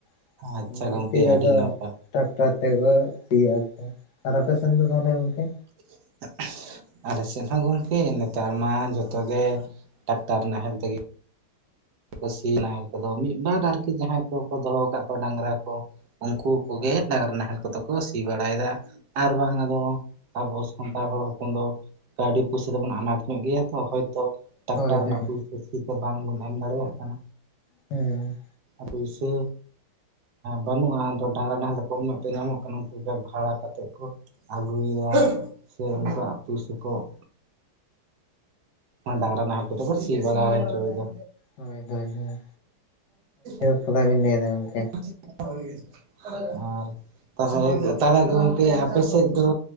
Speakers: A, on the left; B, on the right.
A: ᱾
B: ᱟᱪᱪᱷᱟ
A: ᱤᱱᱟᱹ
B: ᱜᱚᱝᱠᱮ
A: ᱠᱷᱟᱛᱤᱨ
B: ᱟᱹᱰᱤ
A: ᱟᱫᱚ
B: ᱱᱟᱯᱟᱭ
A: ᱼᱼ ᱴᱟᱠᱴᱟᱨ ᱛᱮᱠᱚ ᱥᱤᱭᱟ ᱟᱨᱠᱤ ᱟᱯᱮ ᱥᱮᱱ ᱫᱚ ᱛᱟᱦᱚᱞᱮ ᱜᱚᱝᱠᱮ?
B: <unintelligible> ᱟᱞᱮ ᱥᱮᱫ ᱦᱚᱸ ᱜᱚᱢᱠᱮ ᱱᱮᱛᱟᱨ ᱢᱟ ᱡᱚᱛᱚ ᱜᱮ ᱴᱟᱠᱴᱟᱨ ᱱᱟᱦᱮᱞ ᱛᱮ ᱜᱮ ᱼᱼ ᱠᱚ ᱥᱤᱭᱟ ᱱᱟᱦᱮᱞ ᱛᱮᱫᱚ ᱢᱤᱫ ᱵᱟᱨ ᱟᱨᱠᱤ ᱡᱟᱦᱟᱸᱭ ᱠᱚᱠᱚ ᱫᱚᱦᱚ ᱟᱠᱟᱫ ᱠᱚᱣᱟ ᱰᱟᱝᱨᱟ ᱠᱚ ᱩᱱᱠᱩᱼᱼ ᱠᱚ
A: ᱦᱳᱭ
B: ᱜᱮ ᱰᱟᱝᱨᱟ ᱱᱟᱦᱮᱞ ᱼᱼ ᱠᱚᱫᱚ ᱠᱚ ᱥᱤ ᱵᱟᱲᱟᱭᱮᱫᱟ ᱟᱨ ᱵᱟᱝ ᱟᱫᱚ ᱟᱵᱚ ᱥᱟᱱᱛᱟᱲ ᱦᱚᱲ ᱦᱚᱯᱚᱱ ᱫᱚ ᱼᱼ ᱠᱟᱹᱣᱰᱤ ᱯᱩᱭᱥᱟ ᱫᱚ ᱵᱚᱱ ᱟᱱᱟᱴ ᱧᱚᱜ ᱜᱮᱭᱟ ᱛᱚ ᱦᱚᱭᱛᱚᱼᱼ ᱴᱨᱟᱠᱴᱟᱨ
A: ᱦᱳᱭ
B: ᱨᱮᱱᱟᱜ
A: ᱦᱮᱸ
B: ᱯᱩᱭᱥᱟᱹ ᱥᱤ ᱛᱮ ᱵᱟᱝᱵᱚᱱ ᱮᱢ ᱫᱟᱲᱮᱭᱟᱜ ᱠᱟᱱᱟ ᱾
A: ᱦᱩᱸ ᱾
B: ᱯᱩᱭᱥᱟᱹ ᱵᱟᱹᱱᱩᱜᱼᱟ ᱟᱫᱚ ᱰᱟᱝᱨᱟ ᱱᱟᱦᱮᱞ ᱫᱚ ᱠᱚᱢ ᱧᱚᱜ ᱛᱮ ᱧᱟᱢᱚᱜ ᱠᱟᱱᱟ ᱩᱱᱠᱩ ᱵᱷᱟᱲᱟ ᱼᱼ ᱠᱟᱛᱮᱫ ᱠᱚ ᱟᱹᱜᱩᱭᱮᱫᱟ ᱥᱮ ᱩᱱᱠᱩᱣᱟᱜ ᱯᱩᱭᱥᱟᱹ ᱠᱚ ᱼᱼ ᱰᱟᱝᱨᱟ ᱱᱟᱦᱮᱞ ᱠᱚᱛᱮ ᱠᱚ ᱥᱤ ᱵᱟᱲᱟ ᱦᱚᱪᱚᱭᱮᱫᱟ
A: ᱦᱳᱭ ᱦᱳᱭ ᱦᱳᱭ
B: ᱾
A: <unintelligible> ᱞᱟᱹᱭ ᱮᱫᱟ ᱜᱚᱝᱠᱮᱼᱼ
B: <unintelligible> ᱟᱨ ᱼᱼ ᱛᱟᱦᱚᱞᱮ ᱛᱟᱦᱚᱞᱮ ᱜᱚᱝᱠᱮ ᱟᱯᱮ ᱥᱮᱫ ᱫᱚ